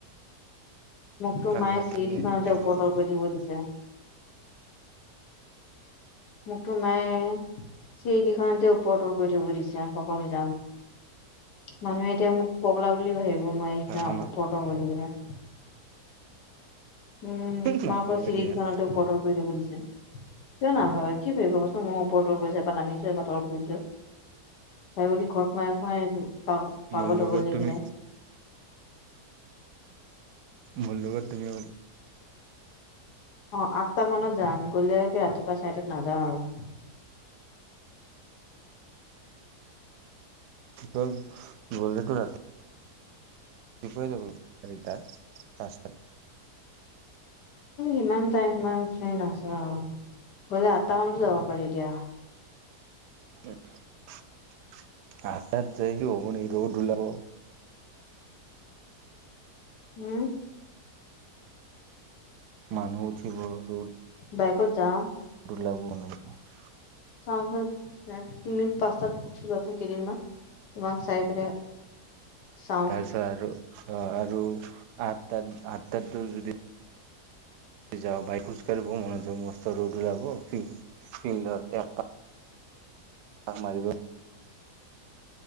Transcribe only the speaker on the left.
মোক তো
মায়ে
চিৰিকিখনতে
ওপৰপা
কৈ থাকিব দিছে। মোক তো মায়ে চিৰিকিখনতে ওপ তৰ কৰি থাকিব দিছে। সকত হৈ যাম মানুহে এতিয়া মোক পগলা বুলি ভাবিব। মই এতিয়া
উপৰ তল কৰি থাকিলে। উম, তোমাৰক
চিৰিকিখনতে
ওপটৰ কৰি থাকিব দিছে। কিয় নাভাবে কি ভাবিব কচোন মোৰ ওপতৰ কৰিছে এবাৰ নামিছে এবাৰ তৰ কুইছে। সেই বুলি ঘৰত হয়-হয়, পাগল- পাগল
হৈ গ'ল নেকি?
অহ ', আঠটা মানত যাম গলে ৰাতিপুৱা চাৰিটাত নাযাওঁ আৰু।
এ সিমান তাই, সিমান সে নাচাও বোলে আঠটামানোতো যাব পাৰি দিয়া।
হুম।
বাইকত যাম।
চাওচোন তুমি পাচ টাত উঠিবাচোন কেইদিনমান তোমাক চাই পেলাই চাওঁ